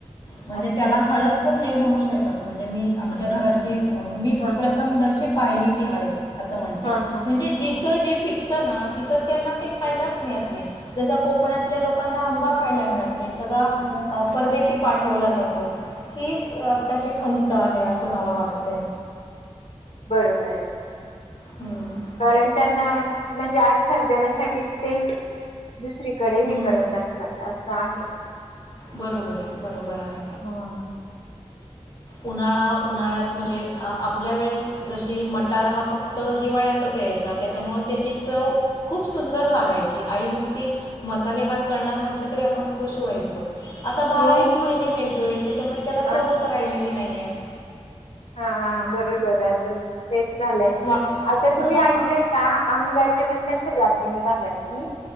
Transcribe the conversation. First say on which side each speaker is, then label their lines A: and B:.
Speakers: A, on the left (about 40°); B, on the left (about 80°).
A: म्हणजे
B: अच्छा
A: त्याला हळद पण नई म्हणू शकत त म्हणजे मी आमच्या घरातची मी
B: हा
A: प्रथम
B: हा
A: दर्शे पाहिली ती हळद. असं म्हणते
B: हा हा
A: म्हणजे
B: हा
A: जिथं
B: हा
A: जे पिक ना तिथ त्यांना ते खायलाच मिळत नाही जस कोकणातल्या लोकांना आंबा खायला मिळत सगळा
B: हम्म
A: अ परदेशी पाठ ठेवला जातो हीच आत्ताची खंत आहे असं मला वाटत
B: बरोबर आहे
A: हम्म.
B: कारण त्यांना अ म्हणजे आर र्थर जनासाठीच ते दुसरीकडे
A: हम्म.
B: हे करत असतात असं आहे.
A: बरोबर आहे बरोबर आहे.
B: हा
A: उन्हाळा उन्हाळ्यात म्हणजे आपल्या वेळेस जशी मटार हा फक्त हिवाळ्यातच यायचा त्याच्यामुळं त्याची चव खूप सुंदर लागायची आई नुसती मसाले भात करणार म्हटलं तरी आपण खुश व्हायचो. आता बाराही
B: हो
A: महिने मिळतोय त्याच्यामुळे त्याला चवच
B: हा
A: राहिलेली ली नाहीये.
B: हा हा बरोबर आज आता झालंय
A: वा
B: आता तुम्ही
A: हां
B: ऐकलय का आंब्याचे पण अशी जाती निघाल्यात की